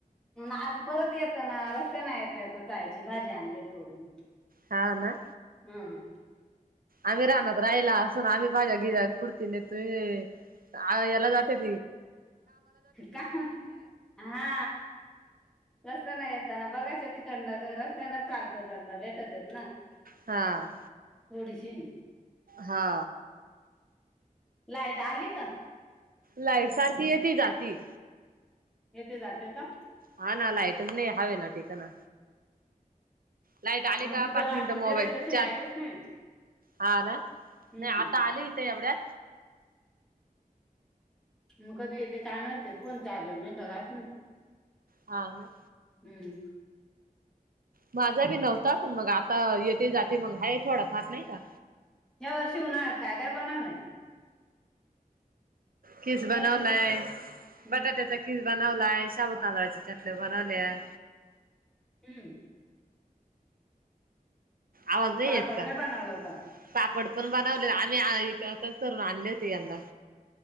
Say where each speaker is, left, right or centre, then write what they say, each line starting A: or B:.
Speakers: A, in the centre; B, on the right.
A: आज परत येताना रस्त्याने येता येता चायची भाजी आणली तोडून.
B: हां ना.
A: हम्म.
B: आम्ही राहनात राहिला असून, आम्ही माझ्या गिऱ्हाईकपूर्ती देतोय. अ याला जात्यात.
A: का हा. रस्त्याना येेतना बघायच तिकडन रस्त्याने चालतं चालत भेटतात ना.
B: हा
A: थोडीशी.
B: हा
A: लाईट आलीच.
B: लाईट सारखी येती जाती.
A: येते जाते का?
B: हा ना लाईटच नाही हवे ना ठिकाण. लाईट आले
A: आमची
B: का
A: तर
B: पाच
A: रात्री
B: मिनिट
A: गेले
B: मोबाईल
A: तशी
B: चार.
A: लाईटच नाही
B: हा ना
A: हम्म
B: नाही, आता आले इथे एवढ्यात.
A: मग कधी येते कामाच फोन चार्जिंग राहत नाही.
B: ह ना.
A: हम्म.
B: माझा बी नव्हता पण, मग आता येथे जाते मग हाये थोडा फार नाही का.
A: या वर्षी उन्हाळ्यात काय काय बनवलंय?
B: किस बनवलाय
A: घरगुती हम्म
B: बटाट्याचा किस बनवलाय शाबू तांदळाच्या चकल्या बनवल्या.
A: हम्म.
B: आवाज नाही
A: पापड
B: येत का?
A: बनवला होता
B: पापड पण बनवले. आम्ही <inaudible> तरून आणले होते यंदा.